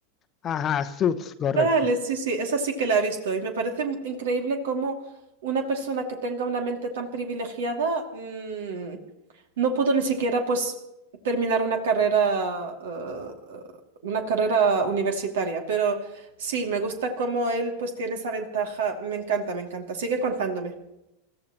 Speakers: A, on the left; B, on the right.
A: Ajá, Suits, correcto.
B: Vale, sí, sí, esa sí que la he visto y me parece m- increíble cómo una persona que tenga una mente tan privilegiada mm, no pudo ni siquiera pues terminar una carrera eh, una carrera universitaria, pero sí, me gusta cómo él pues tiene esa ventaja, me encanta, me encanta. Sigue contándome.